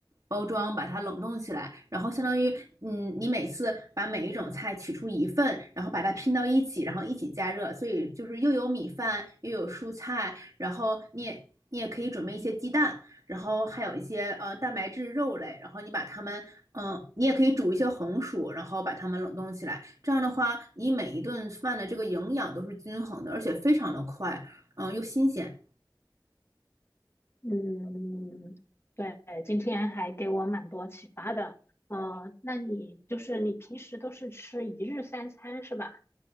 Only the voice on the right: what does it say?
包装，把它冷冻起来，然后相当于，嗯，你每次把每一种菜取出一份，然后把它拼到一起，然后一起加热，所以就是又有米饭，又有蔬菜，然后你也你也可以准备一些鸡蛋，然后还有一些呃蛋白质肉类，然后你把它们，嗯、呃你也可以煮一些红薯，然后把它们冷冻起来。这样的话，你每一顿饭的这个营养都是均衡的，而且非常的快，嗯、呃又新鲜。